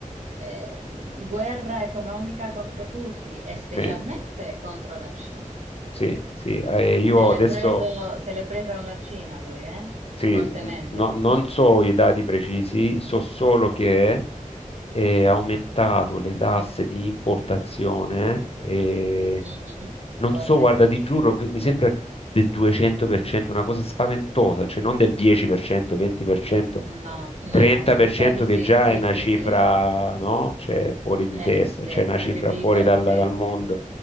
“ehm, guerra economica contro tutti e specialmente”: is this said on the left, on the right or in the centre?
Right